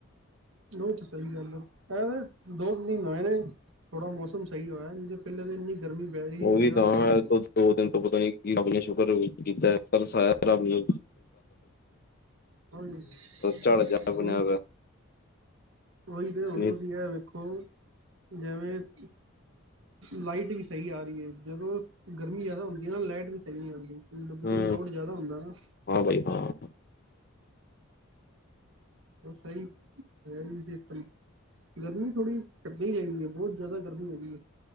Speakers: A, on the right; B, on the left.
A: ਉਹ ਤੇ ਸਹੀ ਗੱਲ ਆ। ਕ ਦੋ ਤ ਮਹੀਨੇ ਨੇ ਥੋੜਾ ਮੌਸਮ ਸਹੀ ਹੋਇਆ ਨਹੀਂ ਪਹਿਲੇ ਤਾਂ ਇਨੀ ਗਰਮੀ ਪੈ ਰਹੀ
B: ਉਹ
A: ਸੀ।
B: ਵੀ ਤਾਂ ਹੈ
A: ਜਿ
B: ਤੋਂ ਦੋ ਦਿਨ ਤੋਂ ਪਤਾ ਨੀ ਰੱਬ ਨੇ ਸ਼ੁਕਰ ਕੀਤਾ। ਪਰ ਸਾਇ ਰੱਬ ਨੇ
A: ਹਾਂਜੀ,
B: ਝਾੜ ਜਾਰ ਬਣਿਆ।
A: ਹੁਣ ਉਹੀ ਤੇ ਹੁਣ
B: ਨਹੀਂ
A: ਤੁਸੀਂ ਇਹ ਵੇਖੋ। ਜਿਵੇਂ, ਲਾਈਟਿੰ ਵੀ ਸਹੀ ਆ ਰਹੀ ਹੈ। ਜਦੋਂ ਗਰਮੀ ਜ਼ਿਆਦਾ ਹੁੰਦੀ ਆ ਨਾ ਲਾਈਟ ਵੀ ਸਹੀ ਨੀ ਆਉਂਦੀਦੋਂ
B: ਹੂੰ
A: ਵੀ ਲੋਡ ਜ਼ਿਆਦਾ ਹੁੰਦਾ ਨਾ।
B: ਹਾਂ, ਬਾਈ ਹਾਂ।
A: ਉਹ ਸਹੀ- ਸਹੀ ਸਿਸਟਮ ਗਰਮੀ ਥੋੜੀ ਘੱਟੀ ਚਾਹਦੀ ਹੈ ਬਹੁਤ। ਜ਼ਿਆਦਾ ਗਰਮੀ ਹੋ ਗਈ ਹੈ।